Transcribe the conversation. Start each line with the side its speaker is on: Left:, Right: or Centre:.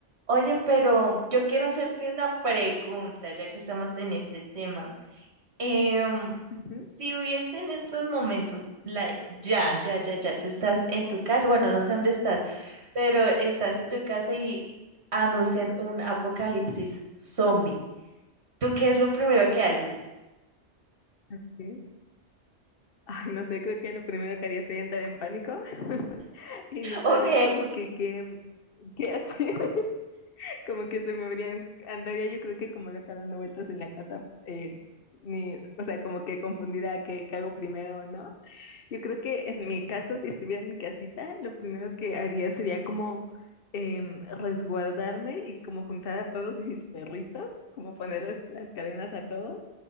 Right: Oye, pero yo quiero hacerte una pregunta, ya que estamos en este tema. Em,
Left: Ujú,
Right: si hubiese en estos momentos, like, ya, ya, ya, ya, tú estás en tu casa, bueno, no sé dónde estás, pero estás en tu casa y anuncian un apocalipsis zombie. ¿Tú qué es lo primero que haces? <laughs>
Left: ok. Ay, no sé, creo que lo primero que haría sería entrar en pánico <laughs> y no saber
Right: Ok,
Left: como que qué, qué hacer. <laughs> Como que se me habrían, andaría yo creo que como loca dando vueltas en la casa, eh, ni, o sea, como que confundida qué, qué hago primero o no. Yo creo que en mi caso, si estuviera en mi casita, lo primero que haría sería como em, resguardarme y como juntar a todos mis perritos, como ponerles las cadenas a todos.